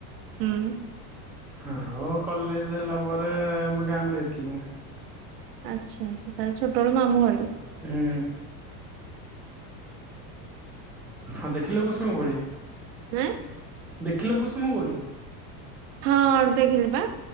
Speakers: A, on the right; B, in the centre.
A: ହୁଁ।
B: ଆଉ କଲେଜ ହେଲା ପରେ ଆମ ଗାଁକୁ ଯାଇଥିଲି ମୁଁ।
A: ଆଚ୍ଛା ଆଚ୍ଛା ତା ହେଲେ ଛୋଟବେଳେ ମାମୁଁ ଘରେ?
B: ହୁଁ। ହଁ ଦେଖିଲ କୁସୁମ ଗୋଳି?
A: ହଁ।
B: <inaudible> ଦେଖିଲ କୁସୁମ ଗୋଳି?
A: ଆଁ ହଁ ଦେଖିଲି ବା